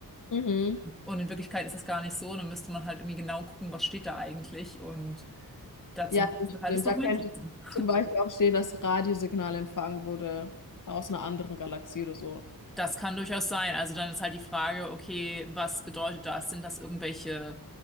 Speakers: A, on the left; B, in the centre.
A: Mhm.
B: Und in Wirklichkeit ist das gar nicht so. Dann müsste man halt irgendwie genau gucken, was steht da eigentlich. Und dazu
A: Ja,
B: müsstest
A: das
B: du halt
A: stimmt.
B: das Dokument
A: Da könnte
B: lesen.
A: zum Beispiel auch stehen, dass Radiosignal empfangen wurde aus einer anderen Galaxie oder so.
B: Das kann durchaus sein. Also dann ist halt die Frage, okay, was bedeutet das? Sind das irgendwelche